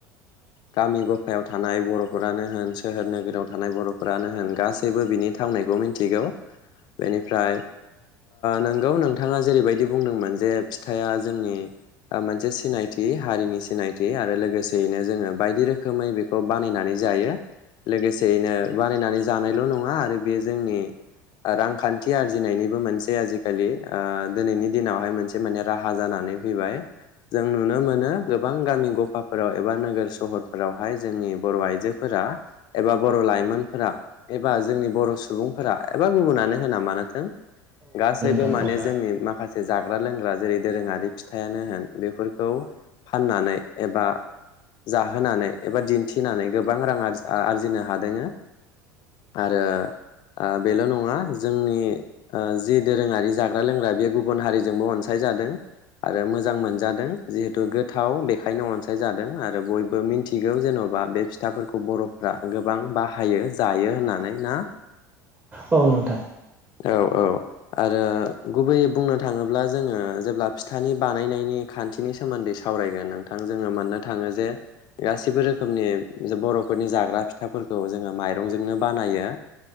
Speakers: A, on the left; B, on the right.
A: गामि गफायाव थानाय बर'फोरानो होन सोहोर नोगोराव थानाय बर'फोरानो होन गासैबो बिनि थाखाय थांनायखौ मिथिगौ बेनिफ्राय नोंगौ नोंथाङा जेरैबायदि बुंदोंमोन जे फिथाइया जोंनि मोनसे सिनायथि हारिनि सिनायथि आरो लोगोसे नो जोङो बायदि रोखोमै बेखौ बानायनानै जायो लोगोसेयैनो बानायनानै जानायल' नङा आरो बे जोंनि रांखान्थि आरजिनायनिबो मोनसे आजिखालि दिनैनि दिनावहाय मोनसे माने राहा जानानै फैबाय जों नुनो मोनो गोबां गामि गफाफोराव एबा नोगोर सहरफोरावहाय जोंनि बर' आइजोफोरा एबा बर' लाइमोनफोरा एबा जोंनि बर' सुबुंफोरा एबा गुबुनानो होना मानोथों गासैबो
B: मानो
A: माने जोंनि माखासे जाग्रा लोंग्रा जेरै दोरोङारि फिथाइआनो होन बेफोरखौ फाननानै एबा जाहोनानै एबा दिन्थिनानै गोबां रां आर आरजिनो हादों आरो बेल नङ नङा जोंनि जि दोरोङारि जाग्रा-लोंग्रा बेयो गुबुन हारिजोंबो अनसायजादों आरो मोजां मोनजादों जिहेथु गोथाव बेखायनो अनसायजादों आरो बयबो मिन्थिगौ जेन'बा बे फिथाफोरखौ बर'फ्रा गोबां बाहायो जायो होननानै ना
B: औ नों
A: औ औ आरो गुबैयै बुंनो थाङोब्ला जोङो जेब्ला फिथानि बानायनायनि खान्थिनि सोमोन्दै सावरायगोन नोंथां जोङो मोननो थाङो जे गासिबो रोखोमनि बर'फोरनि जाग्रा फिथाफोरखौ जोङो माइरंजोंनो बानायो